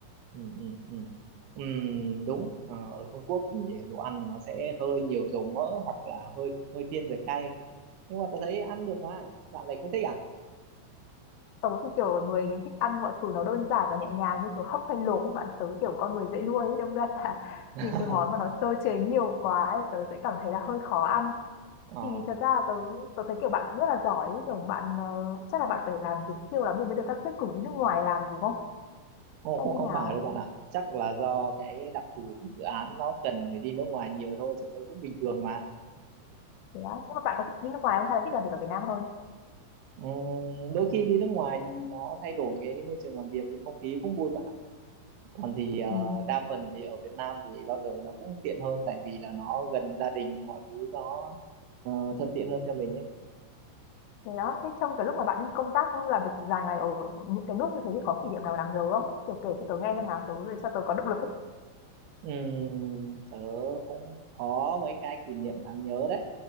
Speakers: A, on the right; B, on the left.
A: ừ, ừ, ừ. Ừm, đúng ờ, ở Trung Quốc thì đồ ăn nó sẽ hơi nhiều dầu mỡ hoặc là hơi hơi thiên về cay nhưng mà tôi thấy ăn được mà bạn lại không thích à
B: Tớ thì kiểu là người thích ăn mọi thứ nó đơn giản và nhẹ nhàng như kiểu hấp hay luộc các bạn. Tớ kiểu con người dễ nuôi ấy, đâm ra là <laughs>
A: <laughs>
B: những cái món mà nó sơ chế nhiều quá ấy, tớ sẽ cảm thấy là hơi khó ăn.
A: Ờ,
B: Thì thật ra là tớ, tớ thấy kiểu bạn cũng rất là giỏi ấy. Kiểu bạn ờ, chắc là bạn phải làm việc siêu lắm thì mới được các sếp cử đi nước ngoài làm đúng không?
A: ồ,
B: Hay
A: cũng
B: như
A: không
B: nào?
A: phải đâu bạn ạ. Chắc là do cái đặc thù của dự án nó cần phải đi nước ngoài nhiều thôi chứ tớ cũng bình thường mà.
B: thì đó nhưng mà bạn có thích đi nước ngoài không hay là thích làm việc ở Việt Nam hơn
A: Ừm, đôi khi đi nước ngoài thì nó thay đổi cái môi trường làm việc với không khí cũng vui bạn ạ. Còn thì ờ,
B: Ừ.
A: đa phần thì ở Việt Nam thì bao giờ nó cũng tiện hơn tại vì là nó gần gia đình mọi thứ nó ờ, thuận tiện hơn cho mình ấy.
B: thì đó thế trong cái lúc mà bạn đi công tác làm việc dài ngày ở những cái nước như thế thì có kỷ niệm nào đáng nhớ không kiểu kể cho tớ nghe xem nào tớ cho tớ có động lực ấy
A: Ừm, tớ cũng có mấy cái kỷ niệm đáng nhớ đấy